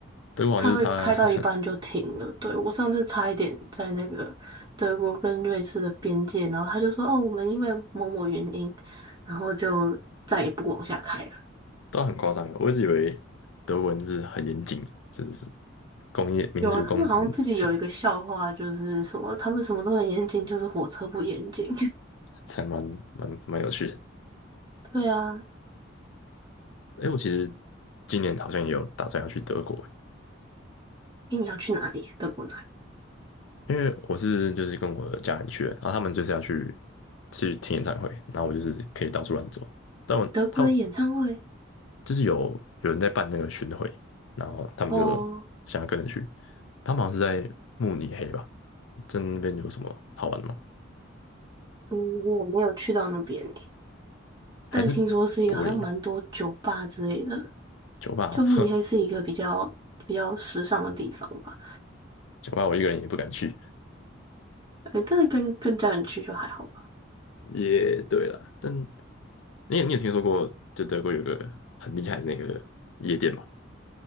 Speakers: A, on the left; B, on the right.
A: 德国好像就是它
B: 它会开到一半就停了。
A: <laughs>
B: 对，我上次差一点在那个德国跟瑞士的边界，然后他就说：“哦，我们因为某某原因，然后就再也不往下开了。”
A: 都很夸张的，我一直以为德文是很严谨，就是什么工业民族工程这样，
B: 有啊，他们好像自己有一个笑话，就是什么他们什么都很严谨，就是火车不严谨。
A: 才蛮蛮蛮有趣的。
B: <laughs> 对啊，
A: 哎，我其实今年好像也有打算要去德国。
B: 诶你要去哪里？德国哪里？
A: 因为我是就是跟我的家人去的，然后他们就是要去去听演唱会，然后我就是可以到处乱走。但我他们
B: 德国的演唱会？
A: 就是有有人在办那个巡回，然后他们就想要跟着去。
B: 哦，
A: 他们好像是在慕尼黑吧？在那边有什么好玩的吗？
B: 嗯，我没有去到那边耶
A: 还是柏林啊？
B: 但听说是一个好像蛮多酒吧之类的。
A: 酒吧哦，
B: 就慕尼黑是一个比较比较时尚的地方吧。
A: <laughs> 酒吧我一个人也不敢去。
B: 哎，但是跟跟家人去就还好吧。
A: 也对了，但你也你有听说过就德国有个很厉害的那个夜店吗？